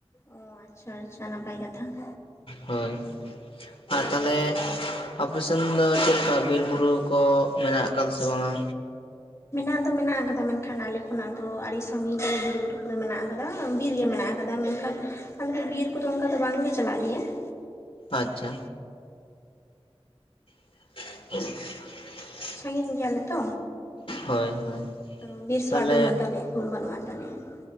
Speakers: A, on the left; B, on the left.
A: ᱚ ᱟᱪᱪᱷᱟ ᱟᱪᱪᱷᱟ ᱱᱟᱯᱟᱭ ᱠᱟᱛᱷᱟᱹ ᱾
B: ᱦᱳᱭ ᱟᱨ ᱛᱟᱦᱚᱞᱮ ᱟᱯᱮ ᱥᱮᱱ ᱫᱚ ᱪᱮᱫ ᱞᱮᱠᱟ ᱵᱤᱨᱼᱵᱩᱨᱩ ᱠᱚ ᱢᱮᱱᱟᱜ ᱟᱠᱟᱫᱟ ᱥᱮ ᱵᱟᱝᱟ?
A: ᱢᱮᱱᱟᱜ ᱫᱚ ᱢᱮᱱᱟᱜ ᱟᱠᱟᱫᱟ ᱢᱮᱱᱠᱷᱟᱱ ᱟᱞᱮ ᱠᱷᱚᱱᱟᱜ ᱫᱚ ᱟᱹᱰᱤ ᱥᱟ. ᱜᱤᱧ ᱨᱮ ᱵᱤᱨ ᱵᱩᱨᱩ ᱠᱚᱫᱚ ᱢᱮᱱᱟᱜ ᱟᱠᱟᱫᱟ ᱵᱤᱨ ᱜᱮ ᱢᱮᱱᱟᱜ-ᱟ ᱢᱮᱱᱠᱷᱟᱱ ᱟᱞᱮ ᱫᱚ ᱵᱤᱨ ᱠᱚᱫᱚ ᱚᱱᱠᱟ ᱫᱚ ᱵᱟᱝᱞᱮ ᱪᱟᱞᱟᱜ ᱜᱮᱭᱟ ᱾
B: ᱟᱪᱪᱷᱟ <unintelligible>
A: ᱥᱟᱺᱜᱤᱧ ᱜᱮᱭᱟᱞᱮ ᱛᱚ
B: ᱦᱳᱭ ᱦᱳᱭ
A: ᱟᱫᱚ ᱵᱤᱨᱥᱟᱞᱟᱜ
B: ᱛᱟᱦᱚᱞᱮ
A: ᱫᱚ ᱩᱱᱟᱹ ᱫᱚᱟᱞᱮ ᱨᱩᱢ ᱵᱩᱜ ᱟᱱ ᱛᱟᱞᱮᱭᱟ ᱾